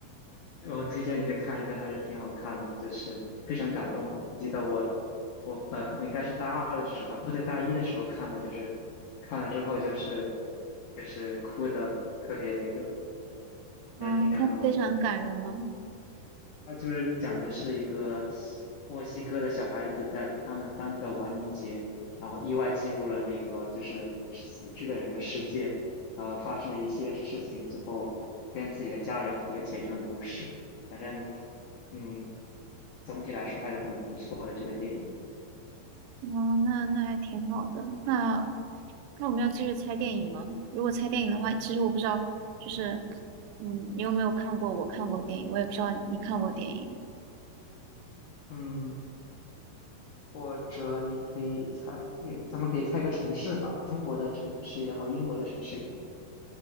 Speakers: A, on the left; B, on the right.
A: 我推荐你去看一下，还是挺好看的，就是非常感动吧。我记得我我本我应该是大二的时候，不对，大一的时候看的，就是看了之后就是就是哭的特别那个，
B: 啊，
A: 还是挺感动的。
B: 它非常感人吗？
A: 它就是讲的是一个西墨西哥的小孩子在他们当地的亡灵节，然后意外进入了那个就是死去的人的世界，然后发生了一系列事情，最后跟自己的家人和解这种故事。反正，嗯，总体来说还是很不错的这个电影。
B: 哦，那那还挺好的。那那我们要继续猜电影吗？如果猜电影的话，其实我不知道，就是嗯，你有没有看过我看过电影？我也不知道你看过电影，
A: 嗯，或者你可以猜，也咱们可以猜一个城市吧，中国的城市也好，英国的城市也好，